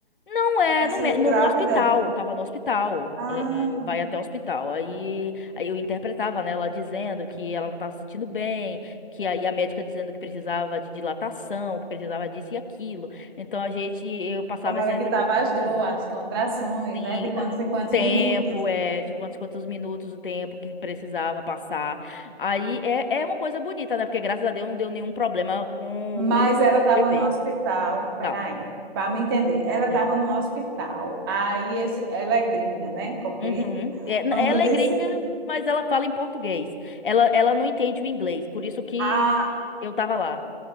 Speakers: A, on the left; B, on the right.
A: não é
B: Essa
A: no, mé- no,
B: grávida?
A: no hospital, tava no hospital,
B: Ah,
A: é, é, vai até o hospital. Aí, aí eu interpretava, né, ela dizendo que ela não estava se sentindo bem, que aí a médica dizendo que precisava de dilatação, que precisava disso e aquilo. Então a gente, eu passava
B: Como
A: essa
B: era
A: interpretação
B: que estava as dores,
A: toda.
B: as contrações,
A: Sim,
B: né? De quantos
A: eh,
B: em
A: o
B: quantos
A: tempo,
B: minutos.
A: é, de quantos quantos minutos o tempo que precisava passar. Aí é, é uma coisa bonita, né? Porque graças a Deus não deu nenhum problema com
B: Mas
A: o
B: ela estava
A: o bebê.
B: no hospital. Peraí,
A: Tava.
B: para me entender. Ela
A: Hum.
B: estava no hospital. Aí esse- ela é gringa, né? Como
A: Uhum.
B: diz.
A: É,
B: Como
A: ela
B: tu disse?
A: é gringa, mas ela fala em português. Ela, ela não entende o inglês, por isso que
B: Ah,
A: eu tava lá.